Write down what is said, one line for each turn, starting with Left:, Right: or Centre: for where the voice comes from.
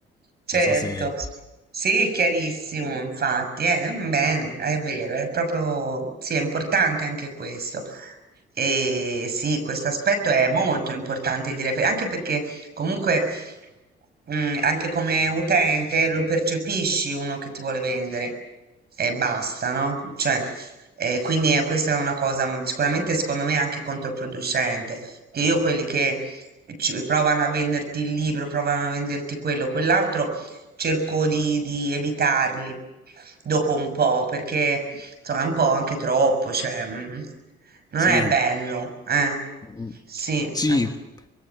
Right: Certo,
Left: Non so se...
Right: sì, è chiarissimo, infatti, eh, bene, è vero, è proprio, sì, è importante anche questo. E sì, questo aspetto è molto importante, direi, per- anche perché comunque, mm, anche come utente lo percepisci uno che ti vuole vendere e basta, no? Cioè, eh, quindi eh, questa è una cosa mm, sicuramente secondo me anche controproducente, che io quelli che ci- provano a venderti il libro, provano a venderti quello, quell'altro, cerco di, di evitarli dopo un po', perché insomma è un po' anche troppo, cioè mm, mm, non
Left: Sì,
Right: è bello, eh?
Left: Mm.
Right: Sì,
Left: Sì,
Right: an-